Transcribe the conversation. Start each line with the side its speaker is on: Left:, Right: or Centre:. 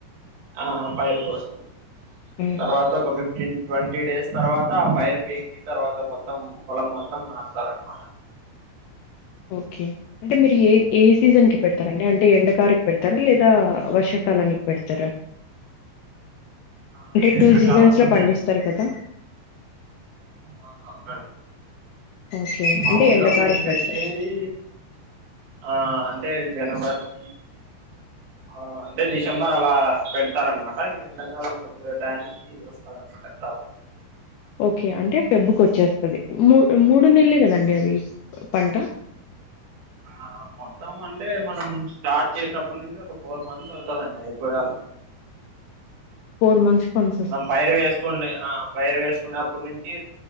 Right: ఆ పైరు కోసం
Left: ఆ
Right: తర్వాత ఒక ఫిఫ్టీన్ ట్వంటీ డేస్ తర్వాత ఆ పైర్ పీకి తర్వాత మొత్తం పొలం మొత్తం నాటుతార అనమాట
Left: ఓకే అంటే మీరు ఏ ఏ సీజన్కి పెడతారండి అంటే ఎండకారకి పెడతారా లేదా వర్షాకాలానికి పెడతరా
Right: ఆ
Left: అంటే
Right: ఎండాకాలంలోనే
Left: టూ జీజన్స్ లో పండిస్తారు కదా
Right: అహ అండ్
Left: ఓకే
Right: మామూలుగా
Left: అంటే ఎండకారికి
Right: మేం పెట్టేది
Left: పెడతారు
Right: ఆ అంటే జనవరి ఆ అంటే డిసెంబర్ అలా పెడతారనమాట ఇంక ఎండ కాలం టనికి వస్తద అన్నమాట ఖరాబ్
Left: ఓకే అంటే ఫెబ్బుకి వచ్చేస్తుంది మూ మూడు నెళ్లే కదండి అది పంట
Right: ఆ మొత్తం అంటే మనం స్టార్ట్ చేసినప్పటి నుంచి ఒక ఫోర్ మంత్స్ అవుతదండి అయిపోయాలి
Left: ఫోర్ మంత్స్ కొన్ వస్
Right: మం పైర్ వేసుకునే ఆ పైర్ వేసుకున్నప్పటి నుంచి